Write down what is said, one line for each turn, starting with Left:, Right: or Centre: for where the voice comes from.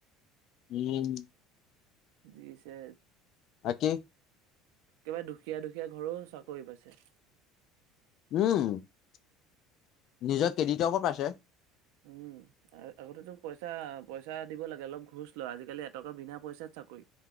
Left: উম
Right: দিছে।
Left: বাকি।
Right: কিবা দুখীয়া দুখীয়া ঘৰো চাকৰি পাইছে।
Left: উম নিজৰ কেডিটৰ ওপৰত পাইছে।
Right: উম আগতে ত পইচা। পইচা দিব লাগে অলপ ঘোচ লয় আজিকালি এটকা বিনা পইচাত চাকৰি।